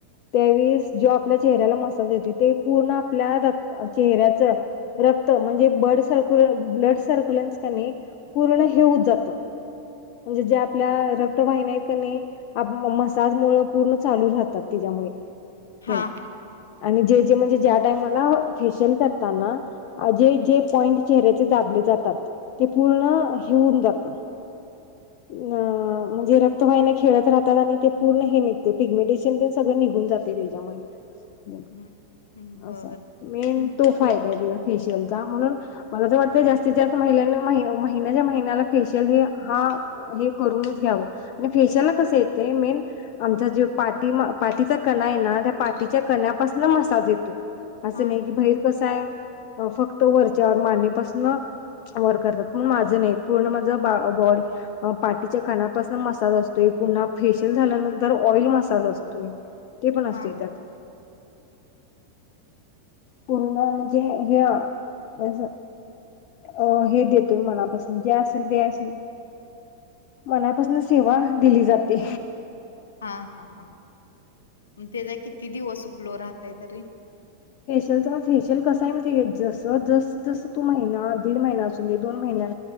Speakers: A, on the left; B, on the left.
A: त्यावेळीस जो आपल्या चेहऱ्याला मसाज येतोय ते पूर्ण आपल्या रक्त चेहऱ्याचं रक्त म्हणजे ब्लड सर्क्युल ब्लड सर्क्युलनस कनाही पूर्ण हे होत जातं, म्हणजे जे आपल्या रक् रक्तवाहिन्या आहेत की न‌ई आप मसाजमुळ पूर्ण चालू राहतात तिच्यामुळे
B: हां
A: ते. आणि जे जे म्हणजे ज्या टाइमाला फेशियल करताना जे जे पॉइंट चेहऱ्याचे दाबले जातात ते पूर्ण हे होऊन जात अ म्हणजे रक्तवायने खेळत राहतात. ते पूर्ण ते पिगमेंटेशन ते सगळं निघून जाते त्याच्यामुळे. हम
B: हम्म बर
A: असा आहे मेन
B: हम्म
A: तो फायदा आहे तिचा फेशियलचा म्हणून मला तर वाटतं जास्तीत जास्त महिलांनी महिन्याच्या महिन्याला फेशियल हे हा हे करूनच घ्यावं आणि फेशियला कस येतं मेन आमचा जे पाटी पाठीचा कणा आहे ना त्या पाठीच्या कण्यापासन मसाज येतोय. असं
B: हा
A: नाही की बहिर कसं आहे फक्त वरच्यावर माने पासनं वर करतात पण माझं नाही पूर्ण माझा बा बॉडी. अ पाटीच्या कनापासन मसाज असतोय, पुन्हा फेशिल झाल्यानं तर ऑइल मसाज असतोय ते पण असते
B: हा
A: त्यात. पुर्ण म्हणजे हे हे असं. अ हे देतोय मनापासन जे असल ते असल. मनापासन सेवा दिली जाते.
B: हां हा हां म त्याचा किती दिवस गलो राहतय तरी?
A: फेशियल तर फेशियल कस आहे मि जस जस जसं तू महिना दीड महिना असून दे दोन महिन्या